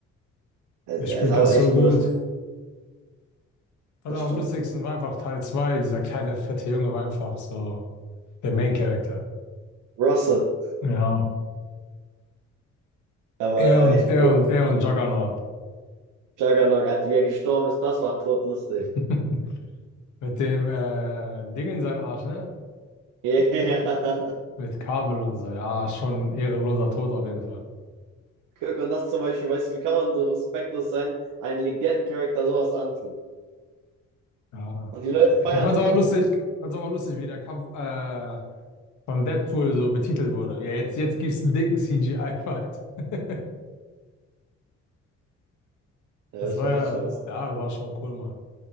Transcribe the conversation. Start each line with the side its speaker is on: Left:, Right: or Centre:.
Right: Er,
Left: Der
Right: er
Left: spielt
Right: sah
Left: das
Right: aber
Left: so
Right: echt
Left: gut.
Right: cool aus, ne?
Left: Und
Right: Das
Left: am
Right: stimmt.
Left: lustigsten war einfach Teil 2. Dieser kleine, fette Junge war einfach so der Main-Character.
Right: Russell,
Left: Ja.
Right: er war
Left: Er
Right: ja
Left: und
Right: echt
Left: er
Right: cool.
Left: und er und Juggernaut.
Right: Juggernaut, als wie er gestorben ist, das war todlustig.
Left: <laughs>
Right: <laughs>
Left: Mit dem äh, Ding in seinen Arsch, ne?
Right: Yeah.
Left: Mit Kabel und so. Ja, schon ein ehrenloser Tod auf jeden Fall.
Right: Guck, und das zum Beispiel, weißt du, wie kann man so respektlos sein, einen Legendencharakter sowas antun?
Left: Ja.
Right: Und die Leute
Left: Ich,
Right: feiern
Left: ich fand's
Right: es auch
Left: aber
Right: noch.
Left: lustig, ich fand's aber lustig, wie der Kampf äh, von Deadpool so betitelt wurde. Ja, jetzt, jetzt gibt's einen dicken CGI-Fight. <laughs>
Right: Ja,
Left: Das
Right: das
Left: war
Right: war echt schon lustig.
Left: ja, ja, das war schon cool, Mann.